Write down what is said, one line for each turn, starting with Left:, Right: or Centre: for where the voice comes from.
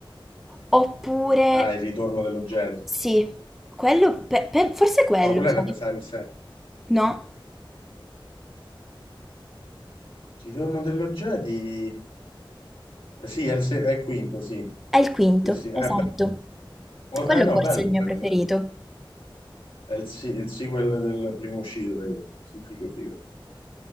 Centre: oppure
Left: Ah, il ritorno dello Jedi.
Centre: sì, quello, pe- pe- forse quello,
Left: No, quella
Centre: sai?
Left: è la mia serie.
Centre: No?
Left: Ritorno dello Jedi? Eh, Sì, è il, se- è il quinto, sì.
Centre: È il quinto,
Left: Sì, sì. Eh,
Centre: esatto.
Left: bello-
Centre: Quello
Left: eh, no,
Centre: forse
Left: bello
Centre: è il mio
Left: quello.
Centre: preferito.
Left: bello. È il, si- il sequel del primo uscito. dai. Sì, figo, figo.